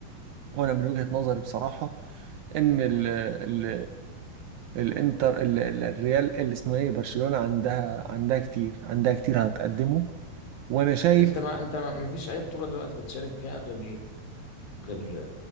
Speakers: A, on the right; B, on the left.
A: وانا من وجهه نظري بصراحه ان ال ال الانتر ال ال الريال اللي اسمه ايه برشلونه عندها عندها كتير عندها كتير هتقدمه وانا شايف
B: انت ما انت ما ما فيش اي بطولة دلوقتي بتشارك فيها غير غير